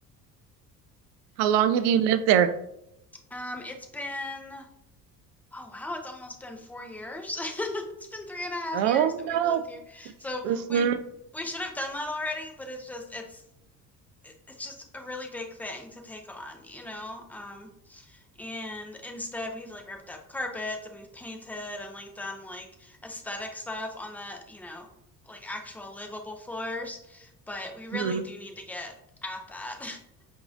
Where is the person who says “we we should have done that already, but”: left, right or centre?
Centre